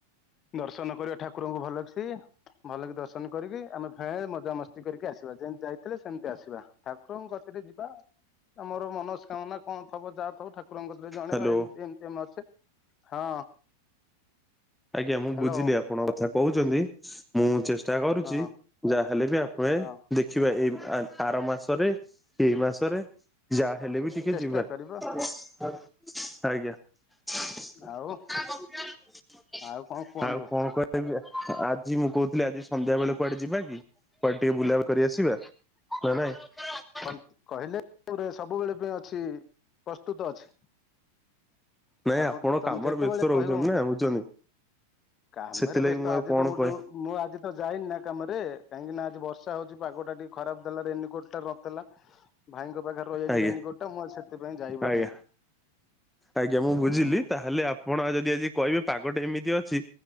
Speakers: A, on the left; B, in the centre.
A: ଦର୍ଶନ କରିବା ଠାକୁରଙ୍କୁ ଭଲ ସେ। ଭଲକି ଦର୍ଶନ କରିକି ଆମେ ଫେରେ ମଜାମସ୍ତି କରିକି ଆସିବା ଯେମତି ଯାଇଥିଲେ ସେମିତି ଆସିବା। ଠାକୁରଙ୍କ କତିରେ ଯିବା ଆମର ମନସ୍କାମନା କଣ ଥବ ଯାହା ଥବ ଠାକୁର ଠାକୁରଙ୍କ କତି ରେ ଜଣେଇବା
B: ହ୍ୟାଲୋ
A: ଏମିତି ଏମତି ଆମେ ଅଛେ ହଁ।
B: ଆଜ୍ଞା ମୁଁ
A: ହ୍ୟାଲୋ
B: ବୁଝିଲି ଆପଣଙ୍କ କଥା କହୁଛନ୍ତି। ମୁଁ ଚେଷ୍ଟା କରୁଛି
A: ହଁ
B: ଯାହାହେଲେ ବି ଆପଣେ
A: ହଁ
B: ଦେଖ ଥିବା ଏଇ ଆର ମାସରେ ଏଇ ମାସରେ ଯା ହେଲେ ବି ଟିକେ
A: ଚେଷ୍ଟା
B: ଯିବା
A: କରିବା
B: ଆଜ୍ଞା। କଥା
A: ଆଉ
B: ଗପିଇବା ର ଅଛି।
A: ଆଉ କଣ କୁହନ୍ତୁ
B: ଆଉ କଣ କହିବି ଆଜି ମୁଁ କହୁଥିଲି ଆଜି ସନ୍ଧ୍ୟା ବେଳେ କୁଆଡେ ଯିବା କି? କୁଆଡେ ଟିକେ ବୁଲାବଲି କରି ଆସିବା ନା ନାଇଁ?
A: କନଫର୍ମ କହିଲେ ସବୁବେଳେ ପାଇଁ ଅଛି ପ୍ରସ୍ତୁତ ଅଛି।
B: ନାଇଁ
A: ଆପଣ ତମେ
B: କାମରେ
A: ଯେତେବେଳେ
B: ବ୍ୟସ୍ତ ରହୁଛନ୍ତି
A: କହିବ ମତେ
B: ନା ବୁଝୁଛନ୍ତି।
A: କାମରେ
B: ସେଥିଲାଗି
A: ବ୍ୟସ୍ତ
B: ମୁଁ ଆଉ
A: ଆଜି
B: କଣ
A: ତମଠୁ
B: କହେ
A: ମୁଁ ଆଜି ତ ଯାଇନି ନା କାମରେ, କାହିଁକି ନା ଆଜି ବର୍ଷା ହଉଛି ପାଗଟା ଟିକେ ଖରାପ ଦେଲା ରେନିକୋର୍ଟ ଟା ନଥି ଥିଲା ଭାଇଙ୍କ ପାଖରେ ରହିଯାଇଛି
B: ଆଜ୍ଞା
A: ରେନିକୋଟ ଟା ମୁଁ ଆଜି ସେଥିପାଇଁ ଯାଇପାରିନି।
B: ଆଜ୍ଞା ଆଜ୍ଞା ମୁଁ
A: ହୁଁ
B: ବୁଝିଲି ତାହେଲେ ଆପଣ ଯଦି ଆଜି କହିବେ ପାଗଟେ ଏମିତି ଅଛି।